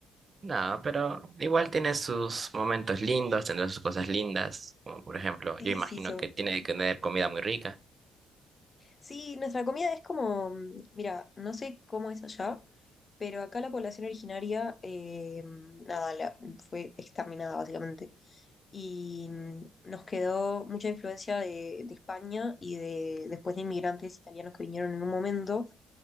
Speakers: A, on the right; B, on the left.
A: No, pero igual tiene sus momentos lindos, tendrá sus cosas lindas, como por ejemplo,
B: sí,
A: yo imagino
B: sí, so-
A: que tiene
B: obvio.
A: que tener comida muy rica.
B: Sí, nuestra comida es como, mm, mira, no sé cómo es allá, pero acá la población originaria, eh, nada, la- fue exterminada básicamente. Y mm, nos quedó mucha influencia de, de España y de después de inmigrantes italianos que vinieron en un momento